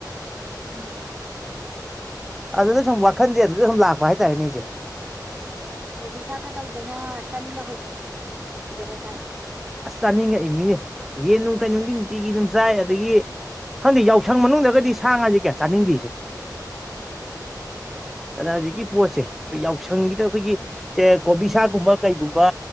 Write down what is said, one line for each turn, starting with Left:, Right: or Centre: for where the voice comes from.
Right: ꯎꯝ
Centre: ꯑꯗꯨꯗ ꯁꯨꯝ ꯋꯥꯈꯟꯁꯦ ꯑꯗꯨꯗ ꯁꯨꯝ ꯂꯥꯛꯄ ꯍꯥꯏꯇꯥꯔꯦꯅꯦꯁꯦ
Right: ꯀꯣꯕꯤ ꯁꯥꯥꯛꯀ ꯇꯧꯗꯅ ꯇꯟꯒ ꯍꯧꯗꯅ ꯆ
Centre: ꯑꯁ ꯆꯥꯅꯤꯡꯉꯛꯏ ꯃꯤꯅꯦ ꯌꯦꯟꯅꯨꯡ ꯀꯩꯅꯨꯡꯗꯤ ꯅꯨꯡꯇꯤꯒꯤ ꯑꯗꯨꯝ ꯆꯥꯏ ꯑꯗꯒꯤ ꯈꯪꯗꯦ ꯌꯥꯎꯁꯪ ꯃꯅꯨꯡꯗꯒꯗꯤ ꯁꯥꯉꯥꯁꯦ ꯀꯌꯥ ꯆꯥꯅꯤꯡꯗꯦꯁꯦ
Right: ꯎꯝ
Centre: ꯑꯗ ꯍꯧꯖꯤꯛꯀꯤ ꯄꯣꯠꯁꯦ ꯑꯩꯈꯣꯏ ꯌꯥꯎꯁꯪꯒꯤꯗ ꯑꯩꯈꯣꯏꯒꯤ ꯁꯦ ꯀꯣꯕꯤ ꯁꯥꯀꯨꯝꯕ ꯀꯩꯒꯨꯝꯕ